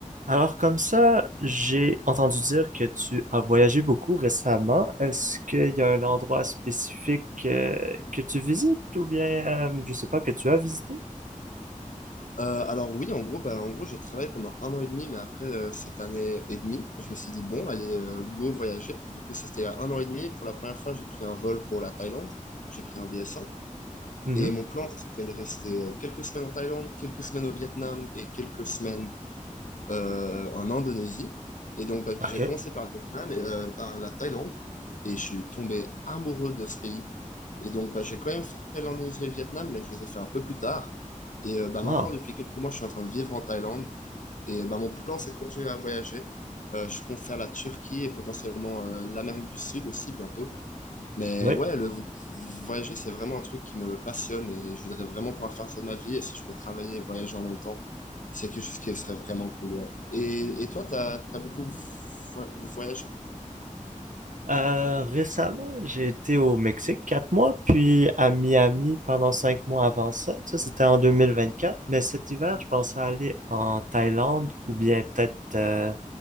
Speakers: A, on the right; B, on the left.
A: Alors comme ça, j'ai entendu dire que tu as voyagé beaucoup récemment. Est-ce qu'il y a un endroit spécifique euh, que tu visites ou bien, euh, je sais pas, que tu as visité?
B: Euh, alors oui, en gros, bah, en gros, j'ai travaillé pendant un an et demi, mais après euh, cette année et demie, je me suis dit, bon, allez, euh, go voyager. Du coup, ça, c'était il y a un an et demi. Pour la première fois, j'ai pris un vol pour la Thaïlande. J'ai pris un BS1.
A: Mhm.
B: Et mon plan, c'était de rester euh, quelques semaines en Thaïlande, quelques semaines au Vietnam et quelques semaines euh, en Indonésie. Et donc, bah,
A: OK.
B: j'ai commencé par le Vietnam et euh, par la Thaïlande. Et je suis tombé amoureux de ce pays. Et donc, bah, j'ai quand même fait l'Indonésie et le Vietnam, mais je les ai fait un peu plus tard. Et euh, bah,
A: Wow.
B: maintenant, depuis quelques mois, je suis en train de vivre en Thaïlande. Et euh, bah, mon plan, c'est de continuer à voyager. Euh, je compte faire la Turquie et potentiellement euh, l'Amérique du Sud aussi bientôt. Mais
A: Oui.
B: ouais, le vo- voyager, c'est vraiment un truc qui me passionne et je voudrais vraiment pouvoir faire ça de ma vie. Et si je peux travailler et voyager en même temps, c'est quelque chose qui serait vraiment cool, ouais. Et, et toi, t'as, t'as beaucoup vo- voyagé?
A: Euh, récemment, j'ai été au Mexique quatre mois, puis à Miami pendant cinq mois avant ça. Ça, c'était en 2024. Mais cet hiver, je pensais aller en Thaïlande ou bien peut-être, euh,